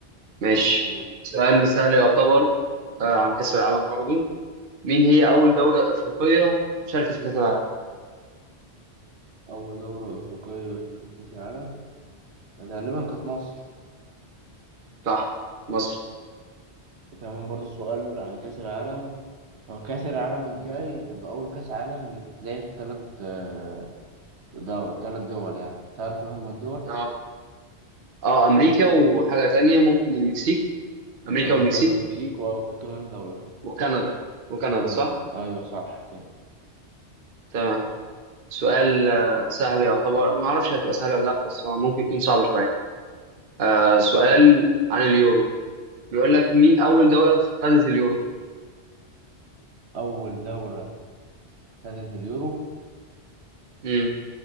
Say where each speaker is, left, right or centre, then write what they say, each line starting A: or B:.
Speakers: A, on the right; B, on the right.
A: ماشي
B: ماشي دور
A: سؤال سهل يعتبر
B: مم.
A: آه عن كأس العالم برضو مين هي أول دولة أفريقية شاركت في كأس العالم؟
B: أول دورة أفريقية شاركت في كأس العالم غالبا كانت مصر
A: صح مصر
B: وتمام برضه سؤال عن كأس العالم هو كأس العالم الجاي هيبقى أول كأس عالم يتلعب في تلات آه، دول تلات دول يعني تعرف إيه هما الدول؟
A: اه اه أمريكا وحاجة تانية ممكن المكسيك أمريكا
B: أمريكا
A: والمكسيك
B: والمكسيك وفي كمان دولة
A: وكندا وكندا
B: كندا
A: صح؟
B: أيوة صح كده
A: تمام سؤال آه، سهل يعتبر ما أعرفش هتبقى سهلة ولا لأ بس هو ممكن يكون صعب شوية آه سؤال عن اليورو بيقول لك مين أول دولة خدت اليورو؟
B: أول دولة خدت اليورو
A: امم